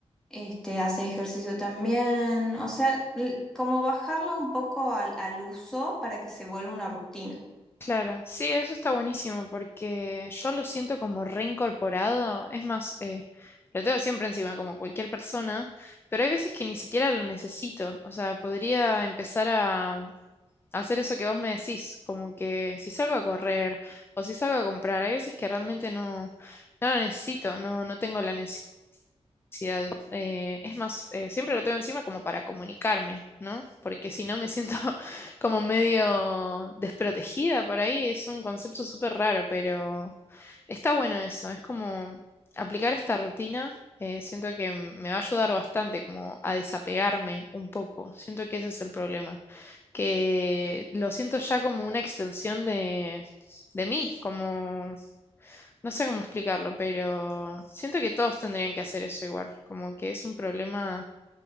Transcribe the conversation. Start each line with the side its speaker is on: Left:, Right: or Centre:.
Centre: Este, haces ejercicio también, o sea, l- como bajarlo un poco al, al uso para que se vuelva una rutina.
Left: Claro, sí, eso está buenísimo porque yo lo siento como reincorporado. Es más, eh, lo tengo siempre encima, como cualquier persona, pero hay veces que ni siquiera lo necesito. O sea, podría empezar a hacer eso que vos me decís, como que si salgo a correr o si salgo a comprar, hay veces que realmente no, no lo necesito, no, no tengo la necesidad ansiedad. eh, es más, eh, siempre lo tengo encima como para comunicarme, ¿no? Porque si no me siento <laughs> como medio desprotegida por ahí. Es un concepto súper raro, pero está bueno eso. Es como aplicar esta rutina. eh, siento que m- me va a ayudar bastante como a desapegarme un poco. Siento que ese es el problema. Que lo siento ya como una extensión de, de mí, como no sé cómo explicarlo, pero siento que todos tendrían que hacer eso igual, como que es un problema